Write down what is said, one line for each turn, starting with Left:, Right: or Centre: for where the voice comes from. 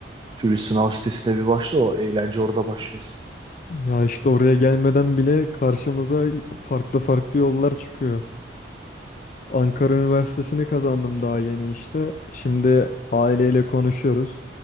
Right: Şu bir sınav sitesine bir başla o eğlence orada başlıyorsun.
Left: Ya işte oraya gelmeden bile karşımıza farklı farklı yollar çıkıyor. Ankara Üniversitesi'ni kazandım daha yeni işte. Şimdi aileyle konuşuyoruz.